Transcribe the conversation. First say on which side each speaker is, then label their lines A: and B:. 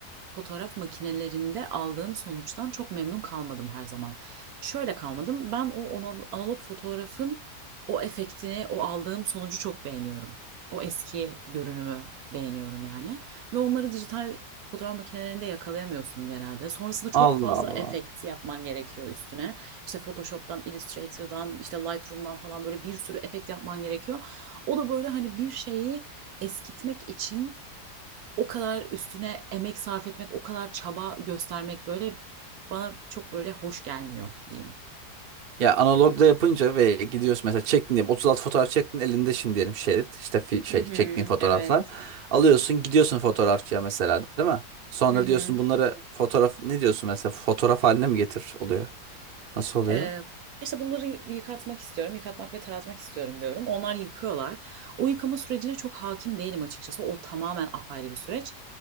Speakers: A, on the right; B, on the right.
A: fotoğraf makinelerinde aldığım sonuçtan çok memnun kalmadım her zaman. Şöyle kalmadım. Ben o ana- analog fotoğrafın o efektini, o aldığım sonucu çok beğeniyorum. O eski görünümü beğeniyorum yani. Ve onları dijital fotoğraf makinelerinde yakalayamıyorsun genelde. Sonrasında çok
B: Allah
A: fazla
B: Allah.
A: efekt yapman gerekiyor üstüne. İşte Photoshop'tan, Illustrator'dan, işte Lightroom'dan falan böyle bir sürü efekt yapman gerekiyor. O da böyle hani bir şeyi eskitmek için o kadar üstüne emek sarf etmek, o kadar çaba göstermek böyle bana çok böyle hoş gelmiyor diyeyim.
B: Ya analogda yapınca ve gidiyorsun mesela çektin diyelim 36 fotoğraf çektin elinde şimdi diyelim şerit işte fi- şey
A: Hı hı,
B: çektiğin fotoğraflar
A: evet.
B: alıyorsun gidiyorsun fotoğrafçıya mesela değil mi? Sonra
A: Hı hı.
B: diyorsun bunları fotoğraf ne diyorsun mesela fotoğraf haline mi getir oluyor? Nasıl oluyor?
A: Ee, işte bunları yıkatmak istiyorum, yıkatmak ve taratmak istiyorum diyorum. Onlar yıkıyorlar. O yıkama sürecine çok hakim değilim açıkçası. O tamamen apayrı bir süreç.